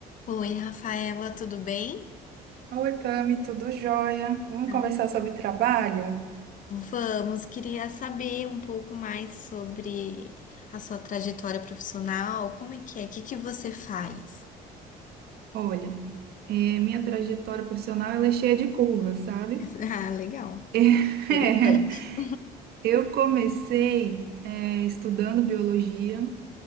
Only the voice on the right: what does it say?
Oi, Tami, tudo jóia? Vamos
conversar sobre trabalho?
Olha, é, minha trajetória profissional ela é cheia de curvas, sabe?
<laughs>
É, eu comecei, é, estudando biologia,